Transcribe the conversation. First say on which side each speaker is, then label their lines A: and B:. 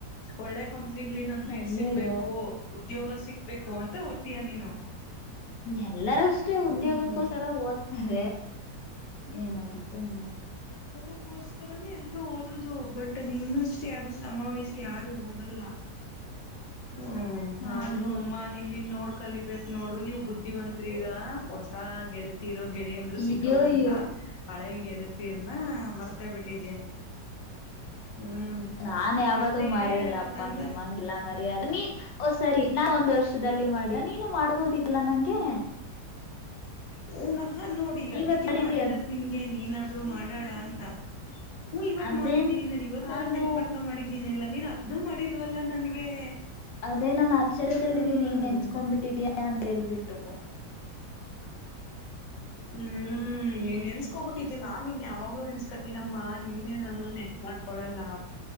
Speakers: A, on the left; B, on the left.
A: ಒಳ್ಳೆ ಕಂಪ್ನಿಲ್ಲಿ ನಂದು
B: ಅಯ್ಯಯ್ಯೋ
A: ಇಟ್ ಸಿಗ್ಬೇಕು ಉದ್ಯೋಗ ಸಿಗ್ಬೇಕು ಅಂತ ಓತ್ತಿಯ ನೀನು
B: ಎಲ್ಲರು ಅ ಷ್ಟೇ ಉದ್ಯೋಗಕ್ಕೋಸ್ಕರ
A: ಹ್ಮ್
B: ಓದ್ತಾರೆ ಏನಾಗುತ್ತೋ ಏನೋ
A: ಉದ್ಯೋಗಕ್ಕೋಸ್ಕರನೇ ಎಲ್ರು ಓದದು ಬಟ್ ನಿನ್ನಸ್ಟ್ ಯಾರು ಶ್ರಮ ವಹಿಸಿ ಯಾರು ಓದ <unintelligible> ಲ್ಲ
B: <inaudible>
A: ಹ್ಮ
B: ಹೌದೌದು
A: ಆದ್ರೂ ಅಮ್ಮ ನಿಮಿಗ್ ನೋಡ್ ಕಲಿಬೇಕಕ್ ನೋಡು ನೀವು ಬುದ್ಧಿವಂತ್ರೀಗ ಹೊಸ ಗೆಳತಿ ಯರು ಗೆಳೆಯಂದ್ರು
B: ಅಯ್ಯಯ್ಯೋ
A: ಸಿಕ್ಕವ್ರ ಅಂತ ಹಳೆ ಗೆಳ ತಿರ್ನ ಮರ್ತೆ ಬಿಟ್ಟಿದೀಯ ಹ್ಮ್
B: ನಾನ್ ಯಾವತ್ತೂ
A: ಅದೇ
B: ಮರಿಯಲ್ಲಪ್ಪ
A: ಅವತ್ತಂದ
B: ನಿಮ್ಮಂಗೆಲ್ಲ ಮರಿಯಲ್ಲ ನೀ ಓ ಸರಿ ನಾವ ಒಂದ್ ವರ್ಷದಲ್ಲಿ ಮಾಡಿಲ್ಲ ನೀನು ಮಾಡ್ಬೋದಿತ್ತಲ್ಲ ನಂಗೆ.
A: ಹೊ ನಾನ್ ನೋಡಿ
B: ಇವತ್
A: ಅದಿಕೆ
B: ಮಾಡಿದೀಯ
A: ಮಾಡಿರದ್
B: ಅದು
A: ನಿಮ್ಗೆ ನೀನಾದ್ರೂ ಮಾಡಣ ಅಂತ ಹು ಇವತ್
B: ಅದೇನ್
A: ಮಾಡಿದೀನಿ ನಾನ್ ಇವತ್ತಾರು
B: ನಾನು
A: ನೆನ್ಪ್ ಮಾಡ್ಕೊಂಡ್ ಮಾಡಿದ್ದೀನಿ ಅಲ್ಲ ನೀನ್ ಅದ್ ಅದೂ ಮಾಡಿಲ್ವಲ್ಲ ನನ್ಗೆ.
B: ಅದೇ ನಾನ್ ಆಶ್ರ್ಯದಲ್ಲಿದ್ದೀನಿ
A: ಹ್ಮ್
B: ನೆನ್ಸ್ಕೊಂಡ್ಬಿಟ್ಟಿದಿಯಾ ಅಂತ ಹೇಳ್ಬಿಟ್ಟು. <unintelligible>
A: ಹ್ಮ್. ಹ್ಮ್ ನೀನ್ ನೆನ್ನ್ಸ್ಕೊಬಿಟ್ಟಿದ್ದೆ ನಾನ್ ನೀನ್ ಯಾವಾಗ್ಲೂ ನೆನ್ಸ್ಕೋತೀನಮ್ಮ ನಿನ್ ನಾನು ನೆನ್ಪ್ ಮಾಡ್ಕೊಳಲ್ಲಾ.